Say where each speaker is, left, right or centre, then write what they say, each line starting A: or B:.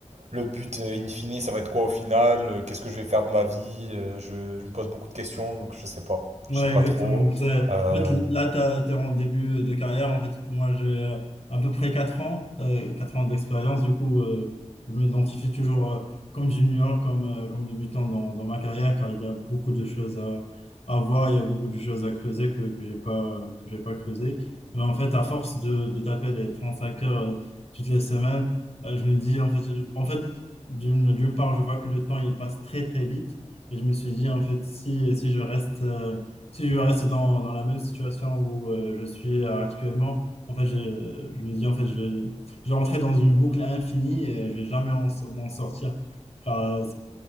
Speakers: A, on the right; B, on the left.
A: le but, euh, in fine, ça va être quoi au final? Euh, Qu'est-ce que je vais faire de ma vie? Euh, je, je me pose beaucoup de questions, donc je sais pas.
B: Ouais,
A: Je sais pas
B: exactement.
A: trop.
B: c'est-
A: Euh,
B: En fait, là, t'as- t'es en début de carrière. En fait, moi, j'ai euh, à peu près 4 ans, euh, 4 ans d'expérience. Du coup, euh, je m'identifie toujours euh, comme junior, comme, euh, comme débutant dans, dans ma carrière, car il y a beaucoup de choses à, à voir, il y a beaucoup de choses à creuser que, que j'ai pas, que j'ai pas creusé. Mais en fait, à force de, de taper les cinq heures euh, toutes les semaines, euh, je me dis, en fait, je- en fait, d'une, d'une part, je vois que le temps, il passe très, très vite. Et je me suis dit, en fait, si, si je reste... euh, si je reste dans, dans la même situation où euh, je suis euh, actuellement, en fait, je, je me dis, en fait, je vais, je vais rentrer dans une boucle infinie et je vais jamais en- m'en sortir. Car, euh,